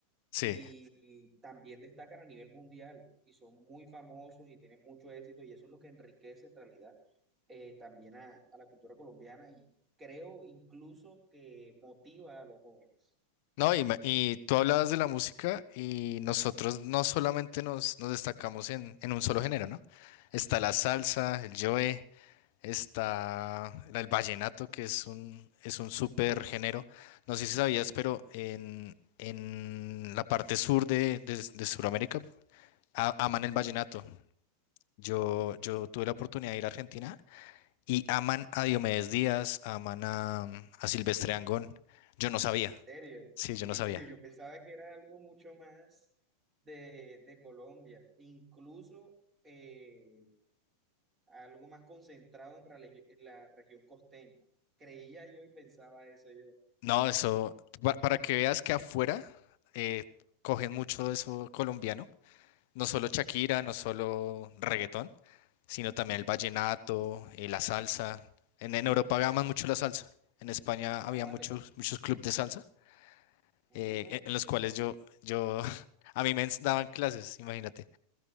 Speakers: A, on the left; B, on the right.
A: sí.
B: y también destacan a nivel mundial y son muy famosos y tienen mucho éxito y eso es lo que enriquece en realidad eh, también a, a la cultura colombiana y creo incluso que motiva a los jóvenes.
A: No, y, me- y tú hablabas de la música y nosotros no solamente nos, nos destacamos en, en un solo género, ¿no? Está la salsa, el joe, está el, el vallenato, que es un, es un súper género. No sé si sabías, pero en, en la parte sur de, de, de Sudamérica a- aman el vallenato. Yo, yo tuve la oportunidad de ir a Argentina y aman a Diomedes Díaz, aman a, a Silvestre Angón. Yo no sabía,
B: En serio,
A: sí, yo no
B: en
A: sabía.
B: serio, yo pensaba que era algo mucho más de, de Colombia, incluso eh, algo más concentrado en, relig- en la región costeña. Creía yo y pensaba eso yo.
A: No, eso, pa- para que veas que afuera eh, cogen mucho eso colombiano, no solo Shakira,
B: Que
A: no solo reggaetón, sino también el vallenato, eh, la salsa. En, en Europa aman mucho la salsa. En España
B: más
A: había
B: vale.
A: muchos, muchos clubes de salsa,
B: Ah,
A: eh, e- en los
B: fíjate.
A: cuales yo, yo, <laughs> a mí me ens- daban clases, imagínate.